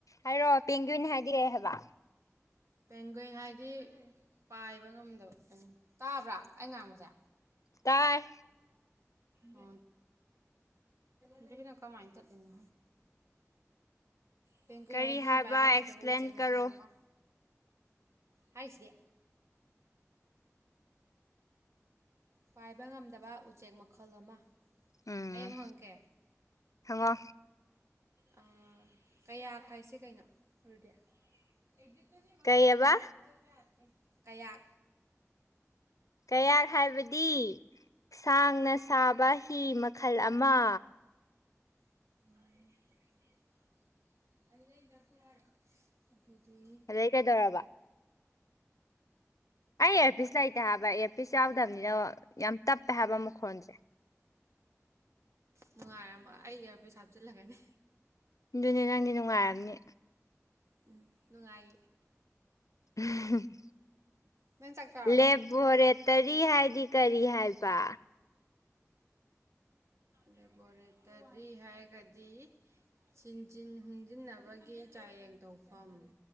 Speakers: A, on the left; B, on the right.
A: ꯍꯥꯏꯔꯣꯑꯣ ꯄꯦꯡꯒꯤꯨꯅꯦ ꯍꯥꯏꯗꯤꯔꯦ ꯍꯥꯏꯕ
B: ꯄꯦꯡꯒꯦꯡ ꯍꯥꯏꯗꯤ ꯄꯥꯏꯕ ꯉꯝꯗꯕ ꯇꯥꯕ꯭ꯔꯥ ꯑꯩ ꯉꯥꯡꯕꯁꯦ
A: ꯇꯥꯏ
B: ꯎ ꯑꯗꯨꯗꯤꯅ ꯀꯃꯥꯏꯇꯅ ꯄꯦꯟ ꯀꯨꯏꯟ
A: ꯀꯔꯤ
B: ꯍꯥꯏꯗꯤ
A: ꯍꯥꯏꯕ
B: ꯄꯥꯏꯕ ꯉꯝꯗꯕ
A: ꯑꯦꯛꯁꯄ꯭ꯂꯦꯟ
B: ꯎꯆꯦꯛ
A: ꯀꯔꯣ
B: ꯃꯈꯜ ꯑꯃ ꯍꯥꯏꯁ ꯗꯦ ꯄꯥꯏꯕ ꯉꯝꯗꯕ ꯆꯦꯛ ꯃꯈꯜ ꯑꯃ
A: ꯎꯝ
B: ꯑꯩ ꯑꯃꯨꯛ ꯍꯪꯉꯛꯀꯦ
A: ꯍꯪꯉꯣ
B: ꯑꯥ ꯀꯌꯥꯛ ꯍꯥꯏꯁꯦ ꯀꯩꯅꯣ ꯔꯨꯗꯤ ꯑꯦꯛꯖꯤꯠꯇꯣ ꯁꯤ ꯃꯈꯥꯁꯤꯗ
A: ꯀꯩꯑꯕ
B: ꯌꯥꯎꯋꯦ ꯑꯗꯣ ꯆꯠꯄ ꯌꯥꯗꯦ ꯀꯌꯥꯛ
A: ꯀꯌꯥꯛ ꯍꯥꯏꯕꯗꯤ ꯁꯥꯡꯅ ꯁꯥꯕ ꯍꯤ ꯃꯈꯜ ꯑꯃ
B: <unintelligible> ꯗꯨꯗꯤ
A: ꯑꯗꯩ ꯀꯩꯗꯧꯔꯕ ꯑꯩ ꯑꯦꯌꯥꯔꯄꯤꯁ ꯂꯩꯇꯦ ꯍꯥꯏꯕ ꯑꯦꯌꯔꯄꯤꯁ ꯌꯥꯎꯗꯝꯅꯤꯅ ꯌꯥꯝ ꯇꯞꯄꯦ ꯍꯥꯏꯕ ꯃꯛ ꯈꯣꯟꯁꯦ
B: ꯅꯨꯡꯉꯥꯏꯔꯝꯃ ꯑꯩ ꯏꯌꯔꯄꯤꯁ ꯍꯥꯞꯆꯤꯜꯂꯒꯅꯤ
A: ꯗꯨꯅꯦ ꯅꯪꯗꯤ ꯅꯨꯡꯉꯥꯏꯔꯝꯅꯤ
B: ꯎꯝ ꯅꯨꯡꯉꯥꯏ
A: <unintelligible>
B: ꯅꯪ ꯆꯥꯛ ꯆꯥꯔꯕꯣ
A: ꯂꯦꯕꯣꯔꯦꯠ ꯀꯔꯤ ꯍꯥꯏꯗꯤ ꯀꯔꯤ ꯍꯥꯏꯕ
B: ꯂꯦꯕꯣꯔꯦꯇꯔꯤ ꯍꯥꯏꯒꯗꯤ ꯆꯤꯟꯖꯤꯟ ꯍꯨꯝꯖꯤꯟꯅꯕꯒꯤ ꯆꯥꯌꯦꯡ ꯇꯧꯐꯝ